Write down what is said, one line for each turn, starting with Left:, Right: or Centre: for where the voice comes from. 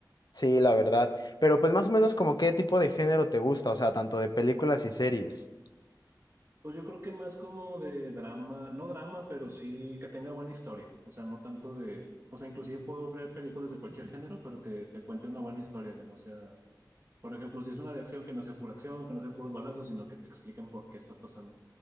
Left: sí, la verdad. Pero pues más o menos como qué tipo de género te gusta, o sea, tanto de películas y series.
Right: Pues yo creo que más como de drama, no drama, pero sí que tenga buena historia. O sea, no tanto de, o sea, inclusive puedo ver películas de cualquier género, pero que te cuente una buena historia, que no sea Por ejemplo, si es una de acción que no sea pura acción, que no sean puros balazos, sino que te expliquen por qué está pasando.